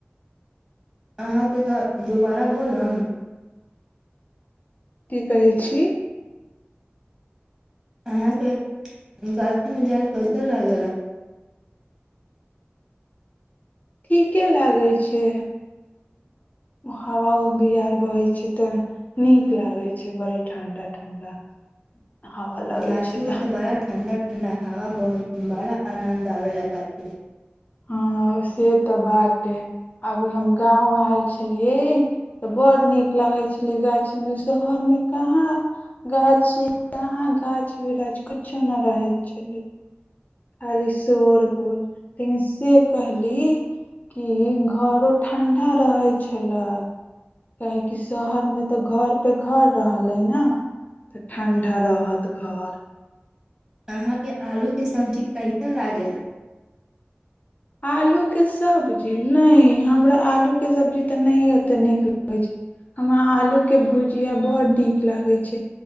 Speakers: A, on the right; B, on the left.
A: अहाँ तऽ एक बार दुबारा बोलब
B: की कहै छी
A: अहाँके गाछीमे जायल कैसन ला गे ला
B: ठीके लागै छै हवा उ बिआार बहै छै तऽ नीक लागै छै बड़ी ठण्डा ठण्डा हवा लगै
A: गाछी
B: छै तऽ
A: मे त बड़ा ठण्डा ठंडा हावा बहल बड़ा आनन्द आवेला गाछी मे
B: हँ से तऽ बात अइ अभी हम गाँव आयल छलियै तऽ बड़ नीक लागै छलै गाछीमे शहरमे कहाँ गाछी कहाँ गाछ बृछ कुछो नहि रहै छलै खाली शोर गुल लेकिन से कहली कि घरो ठण्ढा रहै छलै काहेकि शहरमे तऽ घर पे घर रहलै ने तऽ ठंडा रहत घर
A: अहाँके आलूके सब्जी कैसन ला गे ला
B: आलूके सब्जी नहि हमरा आलूके सब्जी तऽ नहि ओतेक नीक लगै छै हमरा आलूके भुजिया बड्ड नीक लागै छै